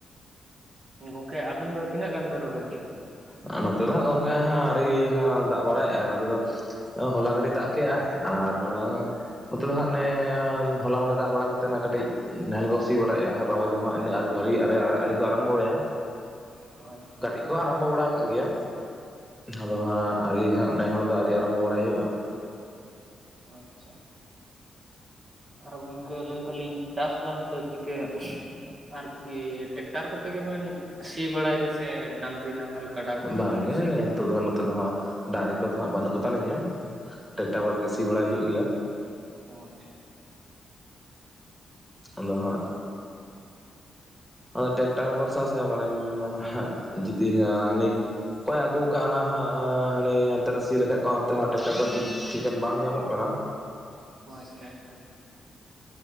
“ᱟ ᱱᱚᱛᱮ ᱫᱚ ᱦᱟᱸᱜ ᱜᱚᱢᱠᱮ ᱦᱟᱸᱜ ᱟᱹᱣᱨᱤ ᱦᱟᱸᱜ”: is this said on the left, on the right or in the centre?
Centre